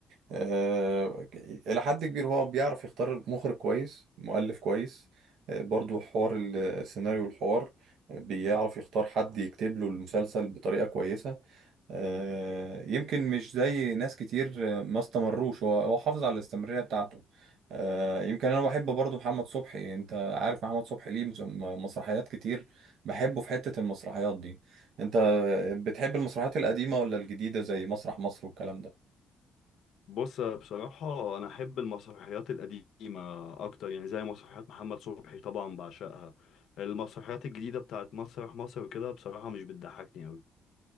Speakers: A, on the right; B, on the left.
A: آه، إلى حد كبير هو بيعرف يختار مخرج كويس مؤلف كويس آه، برضو حوار ال- السيناريو والحوار آه، بيعرف يختار حد يكتب له المسلسل بطريقة كويسة آه،
B: مم.
A: يمكن مش زي ناس كتير آه، ما استمروش هو هو حافظ على الاستمرارية بتاعته آه، يمكن أنا بحب برضو محمد صبحي أنت عارف محمد صبحي ليه مس- مسرحيات كتير بحبه في حتة المسرحيات دي أنت بتحب المسرحيات القديمة ولا الجديدة زي مسرح مصر والكلام ده
B: بص آه، بصراحة أنا أحب المسرحيات القديمة أكتر يعني زي مسرحيات محمد صبحي طبعا بعشقها المسرحيات الجديدة بتاعت مسرح مصر وكده بصراحة مش بتضحكني أوي